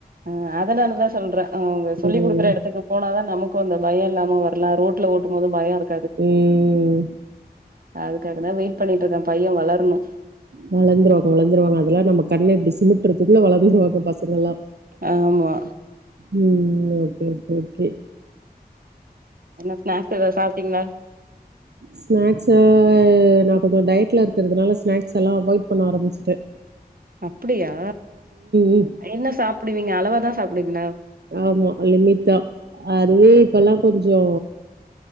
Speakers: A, on the right; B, on the right.
A: ஆ அதனாலதா சொல்றே அவுங்க சொல்லி
B: ம்,
A: குடுக்கற எடத்துக்கு போனாதா நமக்கு அந்த பயோ இல்லாம வரலா ரோட்ல ஓட்டும்போது பயோ இருக்
B: ம்
A: அதுக்காக தா வெய்ட் பண்ணிட்ருக்கே பைய வளர்ணு
B: வளந்துருவாங்க வளந்துருவாங்க அதெல்லா நம்ம கண்ண இப்டி சிமிட்றத்துக்குள்ள வளந்துருவாங்க பசங்கல்லா
A: ஆமா
B: ம் ஓகே ஓகே ஓகே
A: என்ன ஸ்நாக்ஸ் எதாது சாப்ட்டீங்களா
B: ஸ்நாக்ஸ நா கொஞ்சோ டயட்ல இருக்கிறதுனால ஸ்நாக்ஸ் எல்லா அவாய்ட் பண்ண ஆரமிஸ்ட்ட
A: அப்டியா
B: ம்.
A: என்ன சாப்பிடுவீங்க அளவாதா சாப்புடுவிங்ளா
B: ஆமா லிமிட்தா அதுவே இப்பல்லா கொஞ்சோ